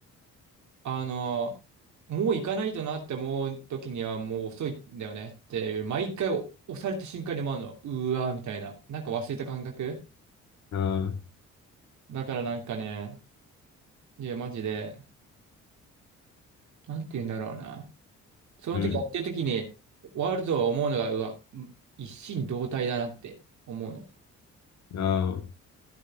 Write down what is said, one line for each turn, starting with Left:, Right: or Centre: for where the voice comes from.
Right: あの、もう行かないとなって思う時にはもう遅いんだよねっていう、毎回押された瞬間に思うの、うわーみたいな、なんか忘れた感覚
Left: うん。ああ、
Right: だからなんかね、いや、マジで、なんて言うんだろうな。その時やってる時に、
Left: うん。
Right: ワールドを思うのが、うわ、ん一心同体だなって思うの。
Left: ああ、